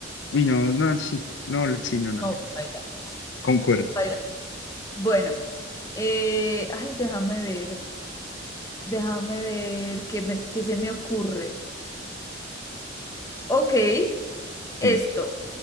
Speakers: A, on the left (about 70°); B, on the left (about 15°).
A: Uy, no, no, sí, no, le- sí, no, no,
B: No,
A: no.
B: baila,
A: Concuerdo,
B: baila. Bueno, eh, ay, déjame ver, déjame ver qué me, qué se me ocurre. Ok,
A: sí.
B: esto.